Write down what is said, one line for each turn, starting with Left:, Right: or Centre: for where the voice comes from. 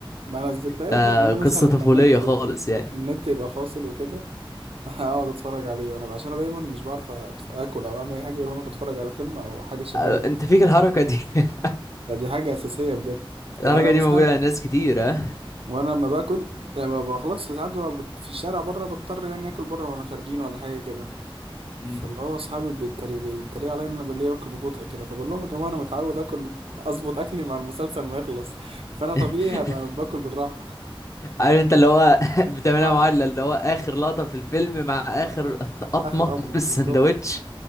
Right: ما انا الذكريات
Left: ده
Right: بقى يعني انا
Left: قصة
Right: مثلا
Left: طفولية
Right: لما النت
Left: خالص
Right: يبقى-
Left: يعني
Right: النت يبقى فاصل وكده <laughs> اقعد اتفرج عليه وانا ب- عشان انا دايما مش بعرف أت- اكل او اعمل اي حاجه غير وانا بتفرج على فيلم او حاجه شغاله
Left: أه،
Right: جدا
Left: انت فيك الحركة دي <laughs>
Right: لا، دي حاجه اساسيه بجد
Left: الحركة
Right: يعني انا
Left: دي
Right: مثلا
Left: موجودة عند ناس كتير ها
Right: وانا لما باكل لما بخلص ساعات ببقى بت- في الشارع بره بضطر يعني اكل بره وانا خارجين ولا حاجه كده
Left: مم.
Right: فاللي هو اصحابي بيتريق بيتريقوا عليا ان انا بالليل باكل ببطء كده فبقول لهم يا جماعه انا متعود اكل اظبط اكلي مع المسلسل ما يخلص فانا
Left: <laughs>
Right: طبيعي هبقى باكل بالراحه
Left: عارف انت اللي هو <laughs>
Right: <laughs>
Left: بتعملها
Right: اه
Left: معادلة اللي هو اخر لقطة في الفيلم مع اخر
Right: اه
Left: <laughs>
Right: اخر
Left: قطمة
Right: قطمه
Left: من السندوتش
Right: بالظبط